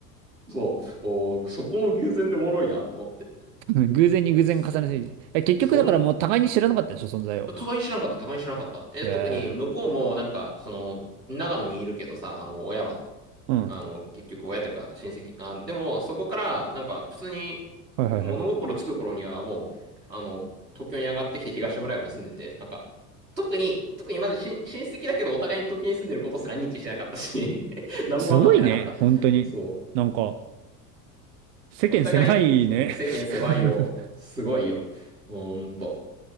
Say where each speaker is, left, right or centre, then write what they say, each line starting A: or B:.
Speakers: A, on the right; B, on the right.
A: そう、おー、そこも偶然でおもろいなと思って。
B: <laughs> 偶然に偶然重ねすぎて。
A: そ、
B: え、結局だからもう互いに知らなかったんでしょ、
A: そん、
B: 存在を。
A: 互いに知らんかった、互いに知らんかった。え、
B: ええ
A: 特に向こうもなんか、その、長野にいるけどさ、あの、親は。
B: うん。
A: あの、
B: は
A: 結局親というか親戚。あ、でも、そこから、なんか、普通に
B: いはいはい。
A: 物心つく頃には、もう、あの、東京に上がってきて東村山に住んでて、なんか、特に、特にまず親親戚だけど、お互いに東京に住んでることすら認知してなかったし <laughs> 何も分かってなかった。
B: すごいね、本当に。
A: そ
B: なんか、世間狭いね。
A: う。お互いに、そう、世間狭いよ。
B: <laughs>
A: すごいよ。ほんと。